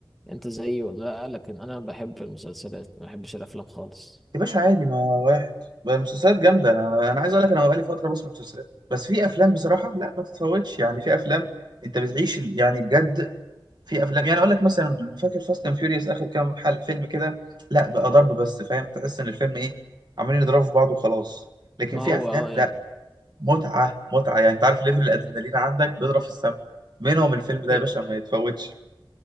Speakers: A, in the centre; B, on the right (about 55°).
A: انت زيي ولا لا لكن انا بحب المسلسلات ما بحبش الافلام خالص
B: يا باشا عادي ما واحد بقى المسلسلات جامدة أنا أنا عايز أقول لك أنا بقالي فترة بسمع مسلسلات بس في أفلام بصراحة لا ما تتفوتش يعني في أفلام أنت بتعيش ال- يعني بجد في أفلام يعني أقول لك مثلا فاكر فاست أند فيوريوس آخر كام حل فيلم كده لا بقى ضرب بس فاهم تحس إن الفيلم إيه عمالين يضربوا في بعض وخلاص لكن
A: ما
B: في
A: هو
B: أفلام
A: اه يعني
B: لا متعة متعة يعني أنت عارف ليفل الأدرينالين عندك بيضرب في السما منهم الفيلم ده
A: في
B: يا باشا ما يتفوتش